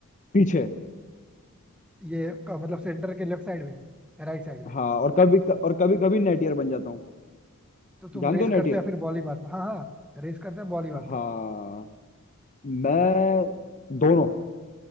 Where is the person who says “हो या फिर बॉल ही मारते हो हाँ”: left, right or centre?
Centre